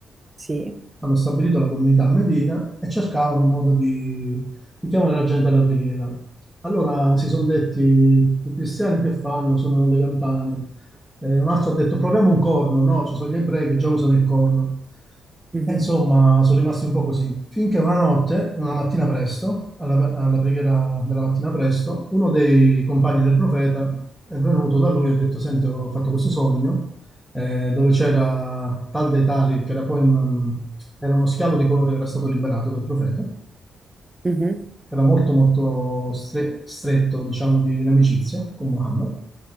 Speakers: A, on the right; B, in the centre.
A: Sì.
B: hanno stabilito la comunità a Medina e cercavano un modo di, di chiamare la gente alla preghiera. Allora si sono detti, i cristiani che fanno? Suonano le campane. Eh, un altro ha detto, proviamo un corno. No, ci sono gli ebrei che già usano il corno.
A: mhm,
B: E insomma, sono rimasti un po' così. Finché una notte, una mattina presto, alla, alla preghiera della mattina presto, uno dei compagni del profeta è venuto da lui e ha detto, senti, ho fatto questo sogno eh, dove c'era Tal dei Tali, che era poi un- um, era uno schiavo di colore che era stato liberato dal profeta, che
A: mhm,
B: era molto molto stre- stretto, diciamo, di in amicizia con Muhammad.